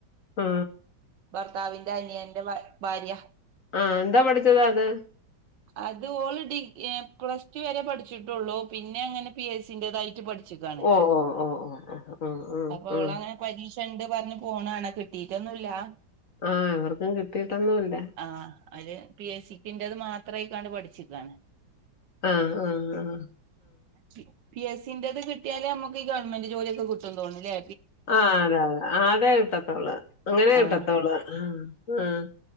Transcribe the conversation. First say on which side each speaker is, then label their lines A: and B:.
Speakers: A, on the left; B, on the right.
A: മ്
B: ഭർത്താവ്ന്റെ അനിയന്റെ ഭാ ഭാര്യ.
A: ആഹ്. ന്താ പഠിച്ചത് അത്?
B: അത് ഓള് ഡിഗ് ഏഹ് പ്ലസ്ടു വരെ പഠിച്ചിട്ടൊള്ളു. പിന്നെ ങ്ങനെ പി എസ് സി ൻ്റെതായിട്ട് പഠി- ച്ചിക്കാണ്.
A: ഓഹ് ഓഹ് ഓഹ് ഓഹ് ഓഹ് ആഹ്
B: അപ്പ
A: ആഹ്
B: ഓളങ്ങനെ പരീക്ഷണ്ട് പർഞ്ഞ് പോണാണ. കിട്ടീട്ടൊന്നൂല്ലാ.
A: ആഹ്. അവർക്കും കിട്ടിട്ടൊന്നൂല്ല.
B: ആഹ്. അത് പി എസ് സി പിൻ്റേത് മാത്രായിക്കാണ്ട് പഠിച്ചിക്കാണ്.
A: ആഹ് ആഹ് ആഹ്
B: പി പി എസ് സി ൻ്റെത് കിട്ടിയാലെ അമ്മക്ക് ഈ ഗവൺമെന്റ് ജോലി ഒക്കെ കുട്ടും തോന്ന്ണ്ലേ.
A: ആഹ് അതെ അതെ ആതെ കിട്ടത്തോള്ള്. അങ്ങനെ കിട്ടത്തോള്ള്
B: ആഹ്
A: ആഹ്